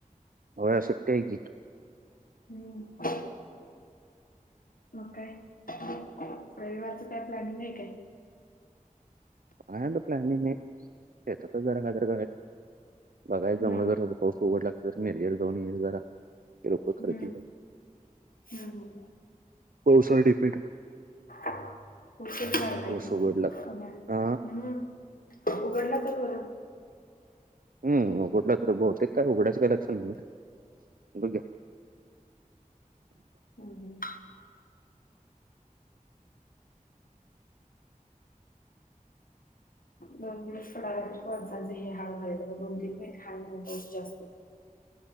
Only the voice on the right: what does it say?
होय सुट्टी हाय की.
काय आता प्लॅनिंग नाही. शेतातच जरा काय तर बघायचं
जमलं तर, आता पाऊस उघडला तर मिरजेला जाऊन येईल जरा किरकोळ खरेदी
आहे
पाऊसावर डिफेंड
पाऊस उघडला हा
हम्म. उघडला तर बहुतेक काय उघडायचं तर लक्षण नाही बघुया.